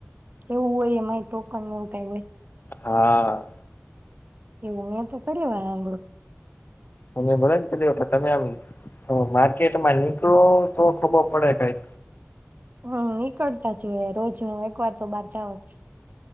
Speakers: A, on the right; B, on the left.
A: કેવું એ મા ટોકન એું ક ભય
B: હા
A: એવું મેં તો કરંળુ
B: તમે ભો ને પેલી તમે આમ માર્કેટમાં નીકળો તો ખબર પડે કાય.
A: હમ નીકળતા જ હોય રોજ હ એક વાર તો બાર જાવ જ.